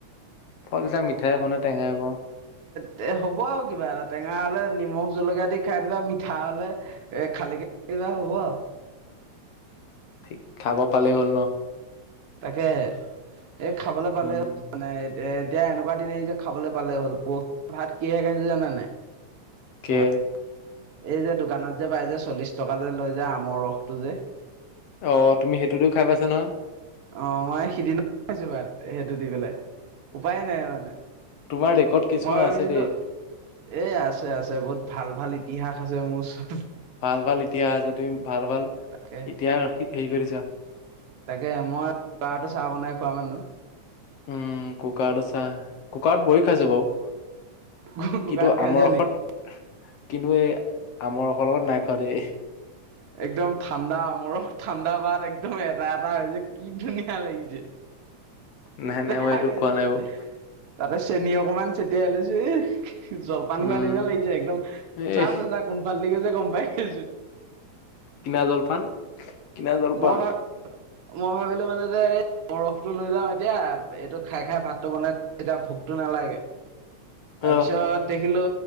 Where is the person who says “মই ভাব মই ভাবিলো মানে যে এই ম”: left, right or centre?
Right